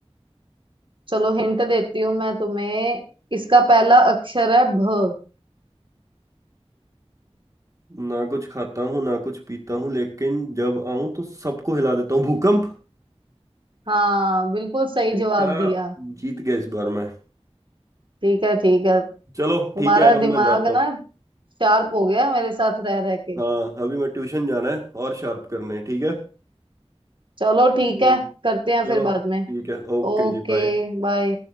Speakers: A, on the right (about 50°); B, on the right (about 30°).
A: चलो हिंट देती हूँ मैं तुम्हें इसका पहला अक्षर है भ
B: ना कुछ खाता हूँ ना कुछ पीता हूँ लेकिन जब आऊं तो सबको हिला देता हूँ भूकंप
A: हाँ बिल्कुल सही
B: देखा
A: जवाब दिया
B: जीत गया इस बार मैं
A: ठीक है ठीक है
B: चलो
A: तुम्हारा
B: ठीक है यार अब
A: दिमाग
B: मैं जाता हूँ
A: ना शार्प हो गया मेरे साथ रह रह के
B: हाँ अभी मैं ट्यूशन जाना है और शार्प करने हैं, ठीक है
A: चलो ठीक
B: हम्म,
A: है करते हैं
B: चलो
A: फिर बाद में
B: ठीक है ओके
A: Okay
B: जी बाय
A: bye